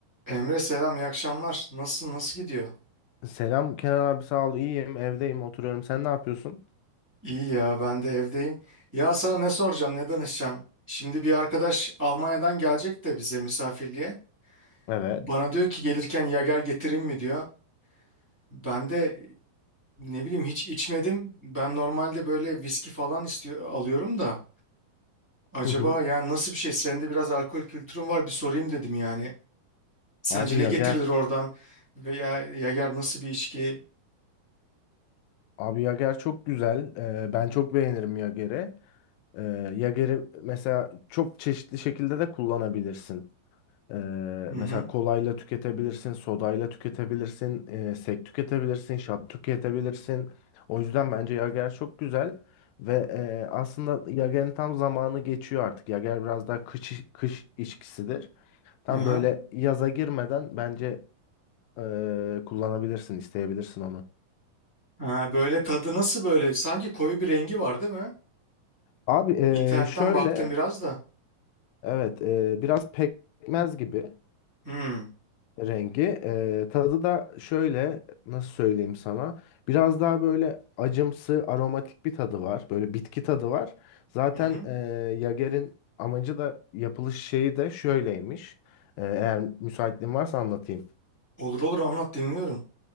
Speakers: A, on the right; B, on the left.
A: Emre selam, iyi akşamlar. Nasılsın, nasıl gidiyor?
B: Selam Kenan abi sağ ol iyiyim evdeyim oturuyorum sen ne yapıyorsun?
A: İyi ya, ben de evdeyim. Ya sana ne soracağım, ne danışacağım? Şimdi bir arkadaş Almanya'dan gelecek de bize misafirliğe.
B: Evet.
A: Bana diyor ki gelirken yager getireyim mi diyor. Ben de ne bileyim hiç içmedim. Ben normalde böyle viski falan istiyor, alıyorum da. Acaba
B: Hı hı.
A: yani nasıl bir şey? Senin de biraz alkol kültürün var bir sorayım dedim yani. Sence
B: Abi
A: ne
B: Yager.
A: getirilir oradan? Veya yager nasıl bir içki?
B: Abi Yager çok güzel. Ee, ben çok beğenirim Yager'i. Ee, Yager'i mesela çok çeşitli şekilde de kullanabilirsin. Ee,
A: Hı
B: mesela
A: hı.
B: kolayla tüketebilirsin, sodayla tüketebilirsin, e, sek tüketebilirsin, şat tüketebilirsin. O yüzden bence Yager çok güzel. Ve e, aslında Yager'in tam zamanı geçiyor artık. Yager biraz daha kış, kış içkisidir. Tam
A: Aha.
B: böyle yaza girmeden bence eee, kullanabilirsin, isteyebilirsin onu.
A: Ha, böyle tadı nasıl böyle? Sanki koyu bir rengi var değil mi?
B: Abi eee,
A: İnternetten
B: şöyle,
A: baktım biraz da.
B: evet eee, biraz pekmez gibi
A: Hmm.
B: rengi. Eee, tadı da şöyle, nasıl söyleyeyim sana? Biraz daha böyle acımsı, aromatik bir tadı var. Böyle bitki tadı var. Zaten
A: Hı hı.
B: eee Jager'in amacı da yapılış şeyi de şöyleymiş. Eee, eğer müsaitliğin varsa anlatayım.
A: Olur olur anlat dinliyorum.